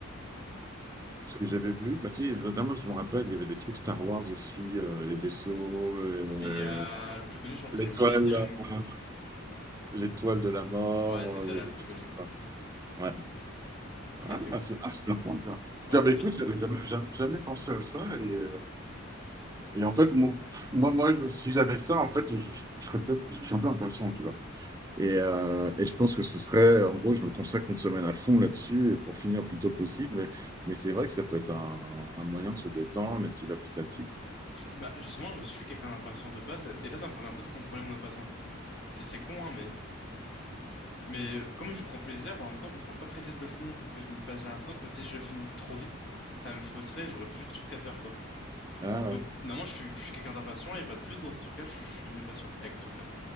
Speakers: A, on the right; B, on the left.
A: Parce que j'avais vu, bah, tu sais, notamment, je me rappelle, il y avait des trucs Star Wars aussi, euh, les vaisseaux, euh,
B: Et il y a le plus connu, je crois que
A: l'étoile,
B: c'est le Millennium.
A: euh, l'étoile de la mort,
B: Ouais, c'est celle-là,
A: euh, il y avait
B: le plus
A: tout
B: connu,
A: ça, quoi. Ouais.
B: qui
A: Ah,
B: est assez grand.
A: c'est ah, c'est sympa, quoi.
B: Ouais,
A: Tiens, bah, écoute,
B: peut-
A: j'avais jamais, jamais- jamais pensé à ça. Et, euh, et en fait, mon- moi, moi, je- si j'avais ça, en fait, je, je- je serais peut-être, parce que je suis un peu impatient, tu vois. Et, euh, et, je pense que ce serait, en gros, je me consacre une semaine à fond là-dessus pour finir le plus tôt possible. Mais, mais c'est vrai que ça peut être un, un moyen de se détendre et petit à petit à petit. quoi.
B: bah, justement, je suis quelqu'un d'impatient de base, et ça, ça me permet un peu de contrôler mon impatience aussi. C'est c'est con, hein, mais Mais euh, comme je prends plaisir, bah, en même temps, je me sens pas pressé de le finir parce que je, me- bah, j'ai l'impression que si je le finis trop vite, ça me frustrerait, j'aurais plus de trucs à faire, quoi.
A: Ah
B: Donc,
A: ouais,
B: normalement, je suis, je suis quelqu'un d'impatient et bah, juste dans ce truc-là, je suis devenu patient avec ce truc-là